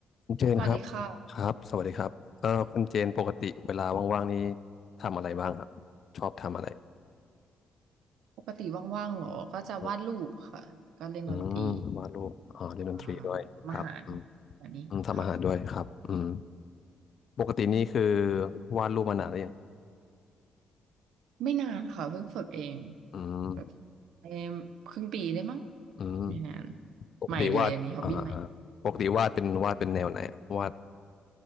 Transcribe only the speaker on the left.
คุณเจนครับ
ครับสวัสดีครับเอ่อคุณเจนปกติเวลาว่างๆนี้ทำอะไรบ้างครับชอบทำอะไร
อืมอืมวาดรูปอ๋อเล่นดนตรีด้วยครับอืม
อืมทำอาหารด้วยครับอืมปกตินี่คือวาดรูปมานานหรือยัง
อืม
อืม
ปกติวาดอ่าอ่าปกติวาดเป็นวาดเป็นแนวไหนอะวาด